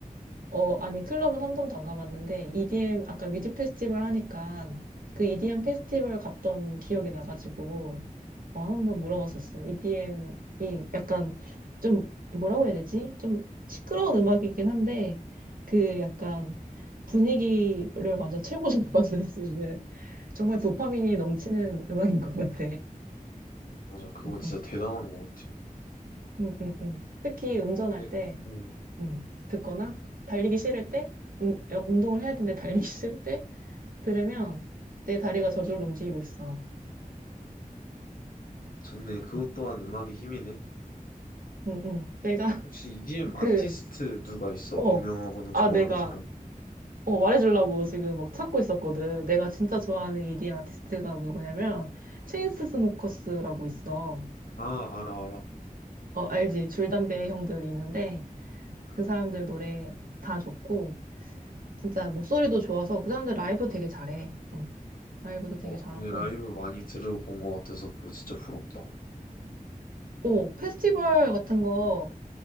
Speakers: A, on the right; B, on the left.
A: 어, 아니, 클럽은 한 번도 안 가봤는데, EDM, 아까 위드 페스티벌 하니까, 그 EDM 페스티벌 갔던 기억이 나가지고, 어, 한번 물어봤었어.
B: 어,
A: EDM이 약간 좀, 뭐라고 해야 되지? 좀 시끄러운 음악이긴 한데, 그 약간 분위기를 완전 최고로 <laughs> 만들 수 있는, 정말 도파민이
B: 맞아.
A: 넘치는 음악인 것 같아.
B: 맞아, 그거
A: <laughs>
B: 진짜 대단한 것 같아.
A: 응, 응, 응. 특히 운전할
B: 네,
A: 때,
B: 음,
A: 음, 듣거나 달리기 싫을 때 운, 여- 운동을 해야 되는데 달리기 <laughs> 싫을 때 들으면 내 다리가 저절로 움직이고 있어.
B: 좋네. 그것
A: 응,
B: 또한 음악의 힘이네.
A: 응. 응. 내가 <laughs>
B: 혹시 EDM
A: 그,
B: 아티스트 누가 있어?
A: 어,
B: 유명하거나
A: 아,
B: 좋아하는
A: 내가
B: 사람?
A: 어, 말해주려고 지금 막 찾고 있었거든. 내가 진짜 좋아하는 EDM 아티스트가 누구냐면 체인스 스모커스라고 있어.
B: 아, 알아, 알아.
A: 어, 알지? 줄담배 형들 있는데
B: 응.
A: 그 사람들 노래 다 좋고 진짜 목소리도 좋아서 그 사람들 라이브 되게 잘해. 응. 라이브도 되게
B: 와,
A: 잘하고.
B: 근데 라이브 많이 들어본 것 같아서 그거 진짜 부럽다.
A: 오, 페스티벌 같은 거,